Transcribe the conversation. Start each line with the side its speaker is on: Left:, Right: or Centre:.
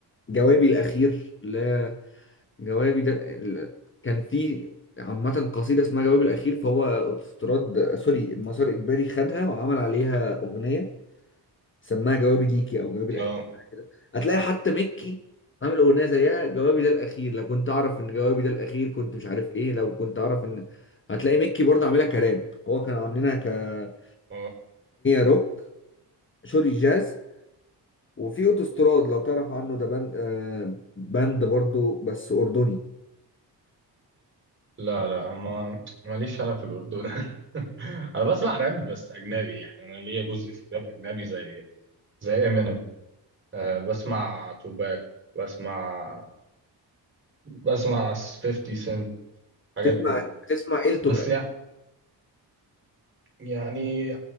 Left: جوابي الاخير لا جوابي ده ال- كان في عامة قصيدة اسمها جوابي الأخير فهو أوتوستراد سوري مسار إجباري خدها وعمل عليها أغنية سماها جوابي ليكي أو جوابي الأخير
Right: اه
Left: حاجة كده هتلاقي حتى مكي عامل أغنية زيها جوابي ده الأخير لو كنت أعرف إن جوابي ده الأخير كنت مش عارف إيه لو كنت أعرف إن هتلاقي مكي برضه عاملها كراب هو كانوا عاملينها كأغنية
Right: اه
Left: روك سوري جاز وفي أوتوستراد لو تعرف عنه ده بند آه، باند برضه بس أردني
Right: لا لا أنا ما ماليش انا في الاردن <laughs> انا بسمع راب بس اجنبي يعني انا ليا جزء في راب اجنبي زي زي امينيم أه بسمع توباك بسمع بسمع 50 سنت الحاجات
Left: تسمع
Right: دي
Left: تسمع إلتو
Right: بس يعني, يعني